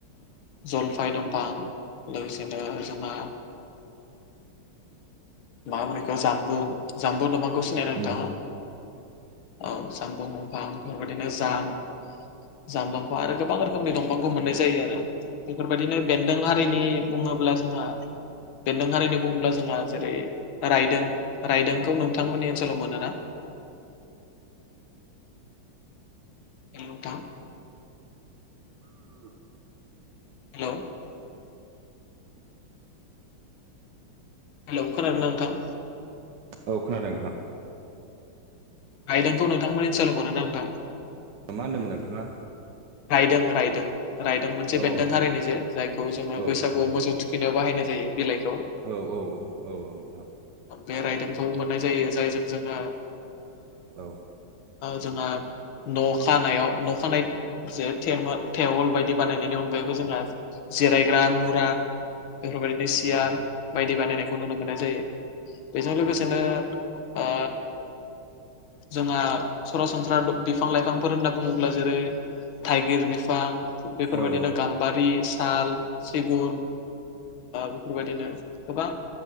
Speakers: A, on the left; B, on the right.
A: जलफाय दंफां लोगोसेनो जोंना। मा मोनैखौ जानबुं जानबुं नबांखौ सिनायदों नोंथांङा
B: उम
A: औ जामबुं दंफां बेफोरबायदिनो जाम जाम दंफां आरो गोबां रोखोमनि दंफांखौ मोननाय जायो आरो। बेफोरबायदिनो बेन्दों हारिनि बुंङोब्ला जोंहा बेन्दों हारिनि बुंङोब्ला जोंहा। जेरै रायदों रायदोंखौ नोंथांमोननि ओनसोलाव मोन ना हेलौ नोंथां।
B: <inaudible>
A: हेलौ। हेलौ खोनादों नोंथां।
B: औ खोनादों नोंथां।
A: गायदोंखौ नोंथांमोननि सायावों मोनरो ना नोंथां
B: मा होनदोंमोन नोंथांङा।
A: रायदों रायदों। रायदों मोनसे
B: औ
A: बेन्दों हारिनि जे जायखौ जोंङो
B: औ
A: बैसागुआव
B: औ
A: मोसौ थुखिनायाव बाहायनाय जायो बिलाइखौ।
B: औ औ औ औ नोंथां।
A: बे राइदोंखौबो मोननाय जायो जायजों जोङो।
B: औ।
A: जोंना न' खानायाव न' खानाय। जे थेवल बायदि बानायनायनि अनगायैबो जोंहा जिरायग्रा मुरा। बेफोरबायदिनो सियार
B: औ
A: बायदि बानायनायखौ नुनो मोननाय जायो। बेजों लोगोसेनो
B: औ
A: ओ जोंहा सरासनस्रा बिफां लाइफांफोर होनना बुंङोब्ला जेरै थाइगिर बिफां बेफोरबायदिनो
B: औ
A: गाम्बारि साल सिगुन बेफोरबायदिनो गोबां